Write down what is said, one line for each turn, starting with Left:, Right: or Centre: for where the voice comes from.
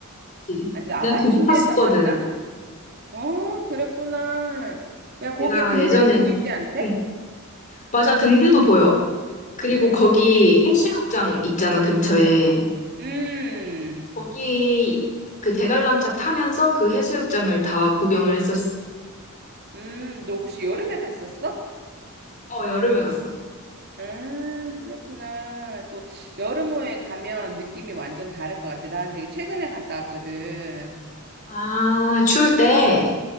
Left: 그치.
Right: 아니,
Left: 내가
Right: 아바이
Left: 거기
Right: 순대에서
Left: 탔었거든.
Right: 봤나? 어, 그랬구나. 야, 거기에
Left: 내가
Right: 등대도
Left: 예전에,
Right: 보이지 않대?
Left: 응, 맞아, 등대도 보여. 그리고
Right: 음,
Left: 거기 해수욕장 있잖아, 근처에.
Right: 음.
Left: 거기 그 대관람차 타면서 그 해수욕장을 다 구경을 했었어.
Right: 음, 너 혹시 여름에 갔었어?
Left: 어, 여름에 갔어.
Right: 음, 그렇구나. 또 여름호에 가면 느낌이 완전 다를 것 같아. 나는 되게 최근에 갔다 왔거든.
Left: 아, 추울 때.